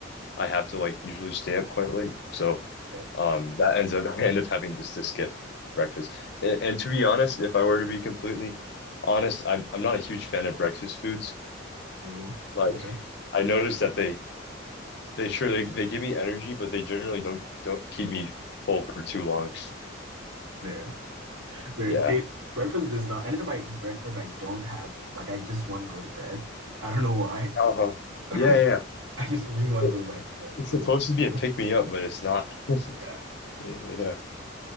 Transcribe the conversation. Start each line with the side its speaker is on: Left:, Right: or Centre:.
Left: I have to like usually stay up quite late. So
Right: fair.
Left: um that ends up <laughs> I end up having just to skip breakfast. And, and to be honest, if I were to be completely honest, I I'm I'm not a huge fan of breakfast foods.
Right: Mm,
Left: Like
Right: okay,
Left: I noticed that they They sure they, they give me energy, but they generally don't don't keep me full for too long.
Right: fair. Bre-
Left: Yeah.
Right: they- breakfast does not. Anytime I eat breakfast, I don't have like I just want to go to bed. I don't know why.
Left: Uh-huh.
Right: <laughs>
Left: Yeah, yeah.
Right: Like I just really want
Left: It-
Right: to go back to bed
Left: It's
Right: because
Left: supposed
Right: it's just
Left: to
Right: like
Left: be a pick me up, but it's not. <laughs>
Right: yeah,
Left: Yeah.